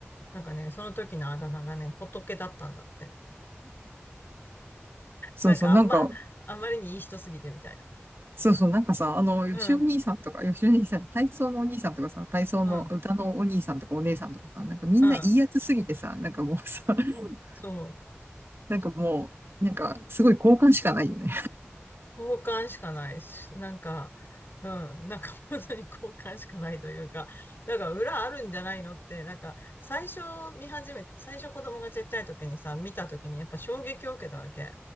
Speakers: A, on the left; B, on the right.
A: なんかね、その時のあだ名がね、仏だったんだって。
B: そうそう、
A: なんかあんま、
B: なんか、
A: あんまりにいい人すぎてみたいな。
B: そうそう、なんかさ、あの、よしお兄さんとか、
A: うん、
B: よしお兄さん、体操のお兄さんとかさ、体操の歌のお兄さんとかお姉さんとかさ、
A: うん、
B: なんかみんないいやつすぎてさ、
A: うん、
B: なんかもうさ、<laughs>
A: そう。
B: なんかもう、なんかすごい好感しかないよね。
A: 交換しかないし、なんか、うん、なんか本当に交換しかないというか、だから裏あるんじゃないのって、なんか最初見始め、最初子供がちっちゃい時にさ、見た時にやっぱ衝撃を受けたわけ。